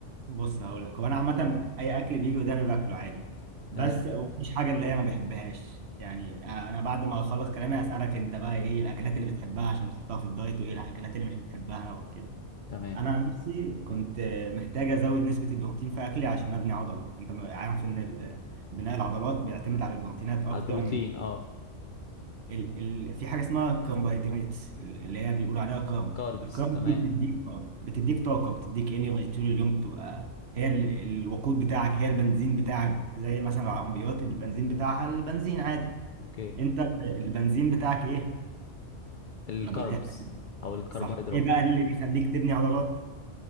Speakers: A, on the right (about 65°); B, on the left (about 60°).
A: بص هقول لك هو انا عامه اي اكل بيجي قدامي باكله عادي
B: تمام
A: بس مفيش حاجه اللي هي ما بحبهاش يعني انا بعد ما اخلص كلامي هسالك انت بقى ايه الاكلات اللي بتحبها عشان تحطها في الدايت وايه الاكلات اللي مش بتحبها وكده
B: تمام
A: انا عن نفسي كنت محتاج ازود نسبه البروتين في اكلي عشان ابني عضل انت عارف ان ال- بناء العضلات بيعتمد على البروتينات اكتر
B: على البروتين
A: من
B: اه
A: ال ال في حاجه اسمها كربوهيدرات اللي هي بيقولوا عليها كارب
B: كاربس
A: الكارب
B: تمام
A: دي بتديك بتديك طاقه بتديك انرجي طول اليوم تبقى هي ال- الوقود بتاعك هي البنزين بتاعك زي مثلا العربيات البنزين بتاعها البنزين عادي
B: اوكي
A: انت ال- البنزين بتاعك ايه
B: الكاربس
A: انا بمتحن
B: او الكربوهيدرات
A: صح ايه بقى اللي بيخليك تبني عضلات